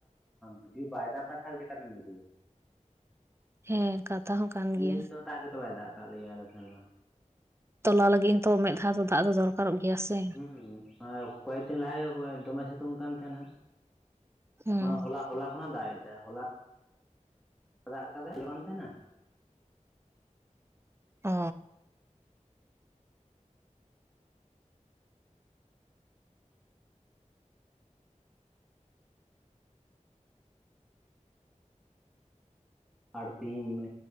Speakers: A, in the centre; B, on the right (about 20°).
A: ᱡᱩᱫᱤ ᱵᱟᱭ ᱫᱟᱜᱟ ᱛᱟᱦᱞᱮ ᱪᱤᱠᱠᱟᱛᱮᱢ ᱜᱤᱰᱤᱭᱟ
B: <inaudible> ᱦᱮᱸ ᱠᱟᱛᱷᱟ ᱦᱚᱸ ᱠᱟᱱ
A: ᱛᱤᱱ
B: ᱜᱮᱭᱟ
A: ᱫᱤᱱ ᱫᱚ ᱫᱟᱜ ᱜᱮᱛᱚ ᱵᱟᱭ ᱫᱟᱜ ᱠᱟᱜ ᱞᱮᱭᱟ ᱟᱞᱮ ᱥᱮᱱ ᱢᱟ᱾
B: ᱛᱚᱞᱟ ᱞᱟᱹᱜᱤᱫ ᱦᱚᱸ ᱛᱚ ᱢᱮᱫ ᱫᱷᱟᱣ ᱫᱚ ᱫᱟᱜ ᱫᱚᱨᱠᱟᱨᱚᱜ ᱜᱮᱭᱟ ᱥᱮ
A: ᱦᱩᱸ ᱟᱨ ᱠᱚᱭᱮᱠ ᱫᱤᱱ ᱞᱟᱦᱟᱮ ᱫᱚᱢᱮ ᱥᱤᱛᱩᱝ ᱠᱟᱱ ᱛᱟᱦᱮᱱᱟ᱾
B: ᱦᱩᱸ
A: ᱦᱚᱞᱟ ᱦᱚᱞᱟ ᱠᱷᱚᱱᱟᱜ ᱫᱟᱜ ᱮᱫᱟᱭ ᱦᱚᱞᱟ ᱫᱟᱜ ᱠᱟᱫᱟᱭ ᱵᱟᱝ ᱛᱟᱦᱮᱱᱟ
B: ᱚ
A: ᱟᱨ ᱛᱮᱤᱦᱤᱧ